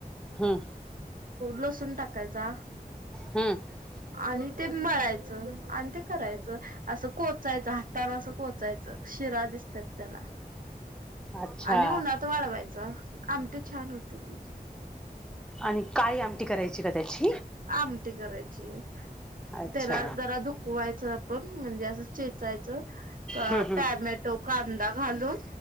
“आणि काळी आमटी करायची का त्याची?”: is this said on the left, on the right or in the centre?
Centre